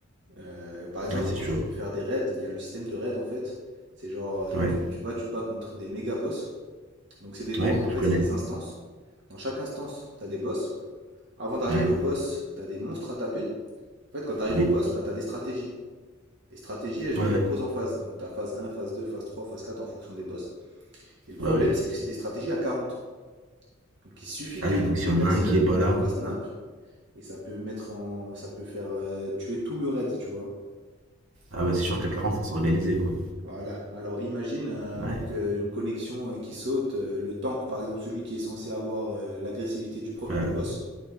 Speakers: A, on the right (about 60°); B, on the right (about 80°).
A: Euh, par exemple,
B: Ouais, c'est
A: quand
B: sûr.
A: tu veux faire des raids, il y a le système de raid en fait. C'est genre, euh,
B: Ouais,
A: tu, tu vas, tu te bats contre des méga boss. Donc, c'est des donjons
B: ouais,
A: en fait,
B: je connais.
A: c'est des instances. Dans chaque instance, t'as des boss. Avant d'arriver
B: Ouais,
A: au boss, t'as des monstres à taper. En fait, quand t'arrives
B: oui.
A: au boss, bah, t'as des stratégies. Les stratégies, elles se
B: Ouais,
A: décomposent
B: ouais.
A: en phases. Donc, t'as phase un, phase 2, phase 3, phase 4 en fonction des boss. Et le problème,
B: Bah oui.
A: c'est que c'est des stratégies à 40. Donc, il suffit
B: Ah
A: qu'un
B: oui,
A: groupe
B: donc s'il
A: de personnes
B: y en a un qui est pas
A: euh,
B: là,
A: fasse nimp et ça peut mettre en, ça peut faire euh, tuer tout le raid, tu vois.
B: ah bah c'est sûr qu'à 40 faut s'organiser, quoi.
A: Voilà. Alors imagine un manque,
B: Ouais,
A: euh, une connexion euh, qui saute, euh, le tank par exemple, celui qui est censé avoir euh, l'agressivité du, pro-
B: ouais,
A: du boss,